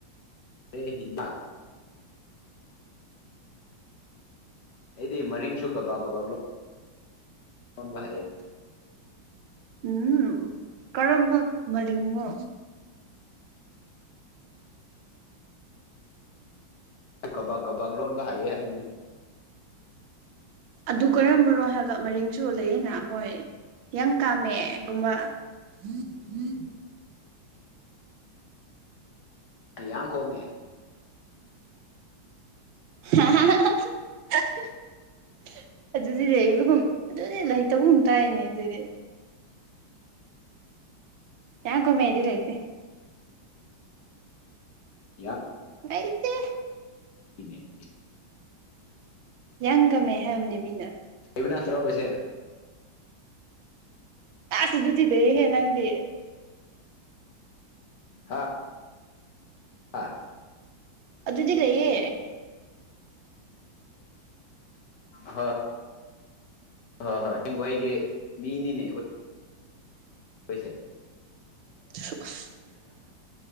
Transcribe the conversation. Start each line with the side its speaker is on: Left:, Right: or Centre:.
Left: ꯔ ꯍ ꯑꯦꯗꯤ ꯃꯔꯤ ꯁꯨ ꯀꯕꯥꯥꯛ ꯀꯕꯥ ꯂꯣ ꯐꯣꯟꯕ ꯍꯥꯏꯌꯦ
Right: ꯎꯝ ꯀꯔꯝꯕ ꯃꯔꯤꯉꯣ
Left: ꯀꯕꯥꯛ ꯀꯕꯥꯛ ꯂꯣꯟꯕ ꯍꯥꯏꯌꯦ ꯍꯥꯏꯕꯅꯦ
Right: ꯑꯗꯨ ꯀꯔꯝꯕꯅꯣ ꯍꯥꯏꯕ ꯃꯔꯤꯡꯁꯨ ꯂꯩꯅ ꯃꯣꯏ ꯍꯪ ꯀꯥꯝꯃꯦꯒꯨꯝꯕ ꯎꯝ ꯎꯝ
Left: ꯌꯥꯡ ꯀꯣꯃꯦ
Right: <unintelligible> ꯑꯗꯨꯗꯤ ꯂꯩꯕꯒꯨꯝ ꯑꯗꯨꯗꯤ ꯂꯩꯇꯕꯒꯨꯝ ꯇꯥꯏꯅꯦ ꯑꯗꯨꯗꯤ ꯌꯥꯒꯣ ꯃꯦꯗꯤꯔꯥꯏꯇ
Left: ꯗꯤ
Right: ꯩꯇ
Left: <unintelligible>
Right: ꯌꯥꯪꯒꯝꯃꯦ ꯍꯥꯏꯕꯅꯦ ꯃꯤꯅ
Left: ꯄꯨꯅ ꯇꯔꯥꯕꯁꯦ
Right: ꯇꯗꯗꯦꯍꯦ ꯅꯪꯒ
Left: ꯍꯥꯥ ꯑꯥ
Right: ꯑꯗꯨꯗꯤ ꯂꯩꯌꯦ
Left: ꯍ <unintelligible> <inaudible> ꯍꯣꯏ ꯍꯣꯏ ꯍꯦꯡꯒꯏꯒꯤ ꯃꯤꯅꯤꯅꯦ ꯑꯩꯈꯣꯏ ꯀꯣꯏꯁꯦ
Right: <unintelligible> <inaudible>